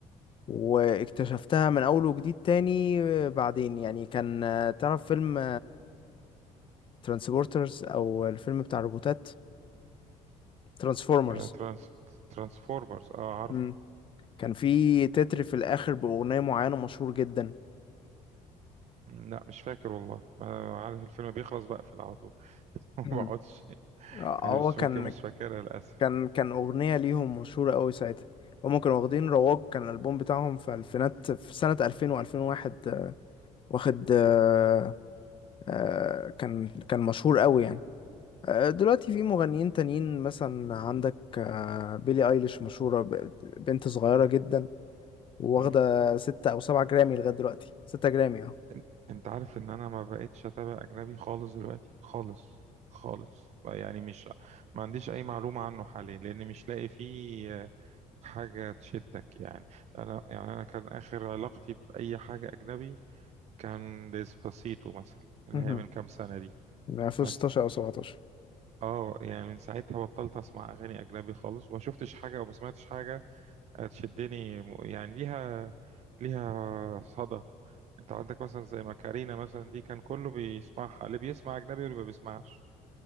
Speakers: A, on the left (about 40°); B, on the right (about 55°).
A: واكتشفتها من أول وجديد تاني بعدين يعني كان آه، تعرف فيلم ترانسبورترز أو الفيلم بتاع الروبوتات ترانسفورمرز
B: آه ترانس ترانسفورمرز اه عارف
A: مم. كان في تتر في الآخر بأغنية معينة مشهور جدا
B: مم، لا مش فاكر والله ما عارف الفيلم بيخلص بقفل على طول <laughs> ما
A: مم.
B: بقعدش
A: آه، هو
B: بس
A: كان
B: ممكن مش فاكرها للأسف
A: كان كان أغنية ليهم مشهورة قوي ساعتها هما كانوا واخدين رواج كان الألبوم بتاعهم في ألفينات في سنة ألفين وألفين وواحد واخد آه، آه، كان كان مشهور قوي يعني آه، دلوقتي في مغنيين تانيين مثلا عندك آه، بيلي ايليش مشهورة ب- بنت صغيرة جدا واخدة
B: مم.
A: ستة أو سبعة جرامي لغاية دلوقتي ستة جرامي اه
B: إن- انت عارف ان انا ما بقتش اتابع اجنبي خالص دلوقتي خالص خالص آه، يعني مش ما عنديش اي معلومة عنه حاليا لان مش لاقي فيه آه، حاجة تشدك يعني انا يعني انا كان اخر علاقتي باي حاجة اجنبي كان ديسباسيتو مثلا اللي
A: مهم.
B: هي من كام سنة دي
A: من 2016
B: مثلا
A: أو 17
B: اه يعني من ساعتها بطلت اسمع اغاني اجنبي خالص وما شفتش حاجه وما سمعتش حاجه تشدني م- يعني ليها ليها صدى انت عندك مثلا زي ماكارينا مثلا دي كان كله بيسمعها اللي بيسمع اجنبي واللي ما بيسمعش